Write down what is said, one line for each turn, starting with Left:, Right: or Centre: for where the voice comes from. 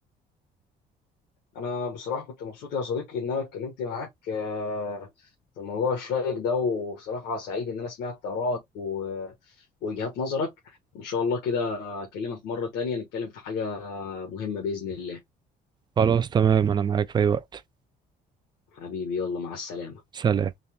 Left: انا بصراحه كنت مبسوط يا صديقي ان انا اتكلمت معاك آه، في الموضوع الشائك ده وبصراحه سعيد ان انا سمعت آرائك و- ووجهات نظرك ان شاء الله كده اكلمك مره تانية نتكلم في حاجه مهمه باذن الله
Right: خلاص تمام أنا معاك في أي وقت
Left: حبيبي يلا مع السلامه
Right: سلام